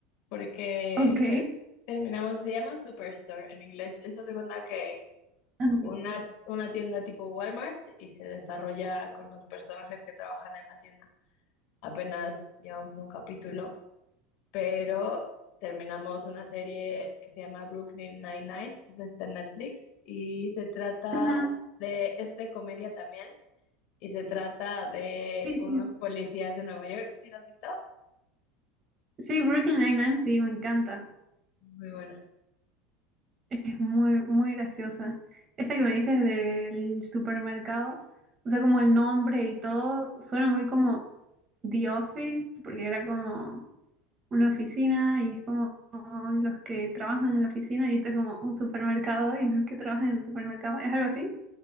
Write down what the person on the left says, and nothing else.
porque
ter- terminamos, se llama Superstore en inglés. Eso hace cuenta que
una, una tienda tipo Walmart y se desarrolla con los personajes que trabajan en la tienda. Apenas llevamos un capítulo. pero terminamos una serie que se llama Brooklyn Nine-Nine, esa está en Netflix, y se trata
de, este comedia también, y se trata de
unos
policías de Nueva York. ¿Sí la has visto?
Muy buena.